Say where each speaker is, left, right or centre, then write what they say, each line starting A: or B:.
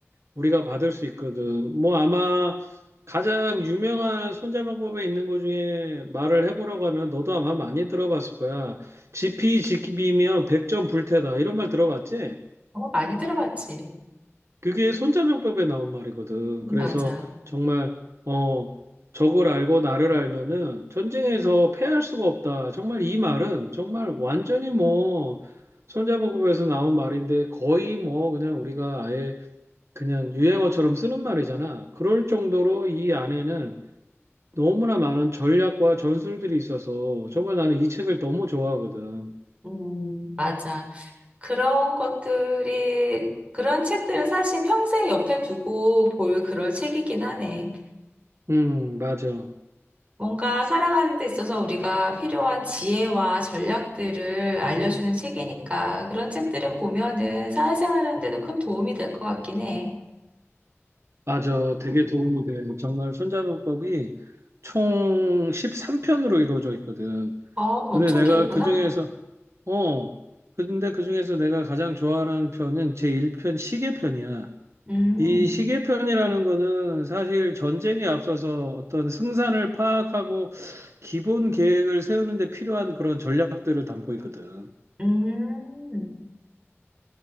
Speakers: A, on the right; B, on the right.
A: 우리가 받을 수 있거든. 뭐 아마 가장 유명한 손자방법에 있는 것 중에 말을 해보라고 하면 너도 아마 많이 들어봤을 거야. 지피지기비면 백전 불태다. 이런 말 들어봤지?
B: <laughs> 어, 많이 들어봤지.
A: 그게 손자병법에 나온 말이거든.
B: 음,
A: 그래서
B: 맞아.
A: 정말, 어, 적을 알고 나를 알면은 전쟁에서 패할 수가 없다. 정말 이 말은 정말 완전히 뭐 손자병법에서 나온 말인데 거의 뭐 그냥 우리가 아예 그냥 유행어처럼 쓰는 말이잖아. 그럴 정도로 이 안에는 너무나 많은 전략과 전술들이 있어서 정말 나는 이 책을 너무 좋아하거든.
B: 음, 맞아. 그런 것들이, 그런 책들은 사실 평생 옆에 두고 볼 그럴 책이긴 하네.
A: 음, 맞아.
B: 뭔가 살아가는 데 있어서 우리가 필요한 지혜와 전략들을 알려주는 책이니까 그런 책들은 보면은 사회생활 하는데도 큰 도움이 될 것 같긴 해.
A: 맞아. 되게 도움이 돼. 정말 손자병법이 총 13편으로 이루어져 있거든.
B: 어,
A: 근데
B: 엄청
A: 내가
B: 길구나.
A: 그중에서, 어, 근데 그중에서 내가 가장 좋아하는 편은 제1편 시계편이야.
B: 음,
A: 이 시계편이라는 거는 사실 전쟁에 앞서서 어떤 승산을 파악하고 기본 계획을 세우는 데 필요한 그런 전략들을 담고 있거든.
B: 음,